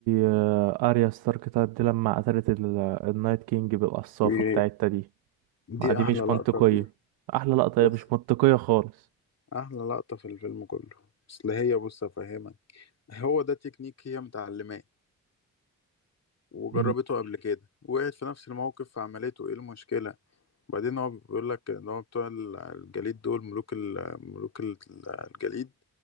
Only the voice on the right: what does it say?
آه، اريا ستارك طيب دي لما قتلت ال- النايت كينج بالقصافة
بتاعتها دي
ما دي
مش
منطقية
احلى لقطة
هي مش منطقية خالص
مم.